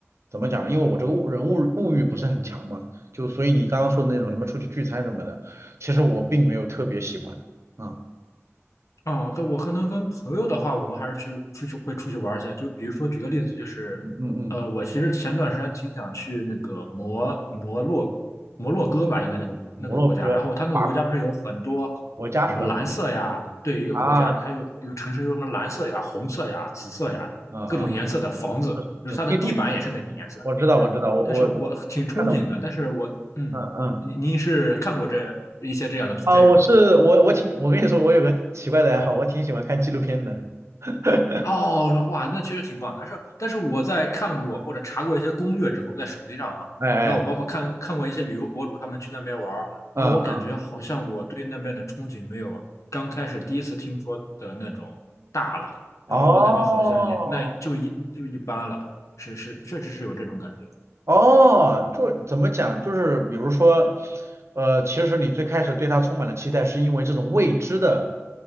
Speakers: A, on the right; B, on the left.
A: 怎么讲呢？因为我这个物人物物欲不是很强嘛，就所以你刚刚说的那种什么出去聚餐什么的，其实我并没有特别喜欢。啊，
B: 哦，但我可能跟朋友的话，我们还是去出去会出去玩儿一下。就比如说，举个例子，就是，
A: 嗯嗯嗯，
B: 呃，我其实前段时间挺想去那个摩摩洛摩洛哥吧，应该那个那个国家。
A: 摩洛哥，
B: 然后它那个国家不是有很多
A: 法国家是吧？
B: 什么蓝色呀，对，一个国家它有有城市有什么蓝色呀、
A: 啊，啊
B: 红色呀、紫色呀各种颜色的房子，
A: 啊，这这地中。
B: 就是它的地板也是那种颜色的，
A: 我知道，
B: 就是。
A: 我知道，我我我看到，
B: 但是我挺憧憬的，但是我嗯，
A: 嗯嗯，
B: 您您是看过这一些这样的图片是吗？
A: 啊，我是我我挺，我跟你说，我有个奇怪的爱好，我挺喜欢看纪录片的，<laughs>
B: 哦，哇，那确实挺棒。但是，但是我在看过或者查过一些攻略之后，在手机上啊，
A: 哎哎，
B: 然后我包括看看过一些旅游博主他们去那边玩儿，
A: 嗯，
B: 然后我感觉好像我对那边的憧憬没有刚开始第一次听说的那种大了。
A: 嗯哦，
B: 然后我感觉好像也那就一就一般了，是是，确实是有这种感觉。
A: 哦，就怎么讲？就是比如说，呃，其实你最开始对它充满了期待，是因为这种未知的，